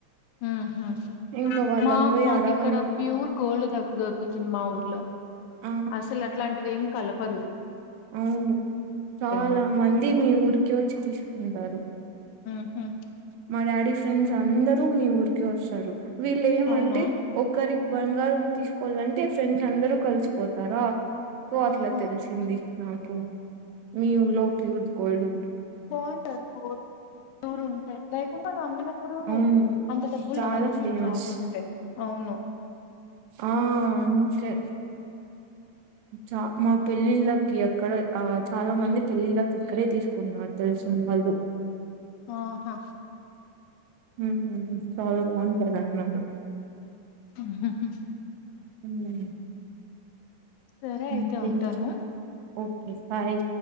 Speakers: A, on the left; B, on the right.
A: హ్మ్ హ్మ్
B: ఇంకా వాళ్ళని
A: మాక్
B: పోయి
A: మాకు
B: అడగలేక
A: ఇక్కడ ప్యూర్ గోల్డ్ దగ్గ్ దొరుకుతుంది మా ఊర్లో
B: ఆ
A: అసలు అట్లాంటివి ఏమి కలప్ పరు
B: అవును చాలా
A: మాకు
B: మంది మీ ఊరికి వచ్చి తీసుకుంటారు
A: ఉహు
B: మా డాడీ ఫ్రెండ్స్ అందరూ మీ ఊరికే వస్తారు వీళ్లేమంటే
A: అవునా
B: ఒకరి బంగారం తీసుకోవాలంటే ఫ్రెండ్స్‌ అందరూ కలిసిపోతారా సో అట్లా
A: ఆహా
B: తెలిసింది నాకు మీ ఊలో ప్యూర్ ద కోల్డ్
A: బాగుంటది బ్యూర్ ప్యూర్ ఉంటాయి లేకుండా నమ్మినప్పుడు
B: అవును
A: అంత డబ్బులు
B: చాలా
A: కాదు ప్యూర్
B: ఫేమస్
A: కాకుంటే అవును
B: ఆ అందుకే చ మా పెళ్ళిళ్ళకి అక్కడ ఆ చాలా మంది పెళ్ళిళ్ళకి అక్కడే తీసుకున్నారు తెలిసిన వాళ్ళు.
A: ఆహ
B: మ్మ్ హ్మ్ చాలా బాగుంటాదన్నారు
A: అహ్హ హా
B: హ్మ్
A: సరే అయితే
B: ఇంకేంటి
A: ఉంటను
B: ఓకే హాయ్